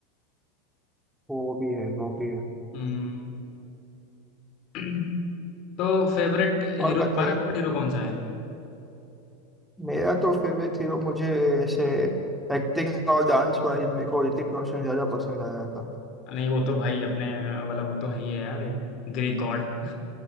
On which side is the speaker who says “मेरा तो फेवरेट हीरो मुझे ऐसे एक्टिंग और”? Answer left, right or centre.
Centre